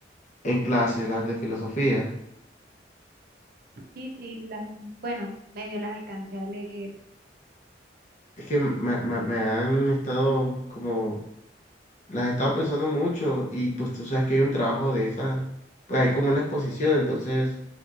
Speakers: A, on the left; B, on the right.
A: en clase, las de filosofía?
B: Sí, sí, las, bueno, medio las alcancé a leer.
A: Es que me, me- me han estado como, las he estado pensando mucho y pues tú sabes que hay un trabajo de esas, pues hay como una exposición, entonces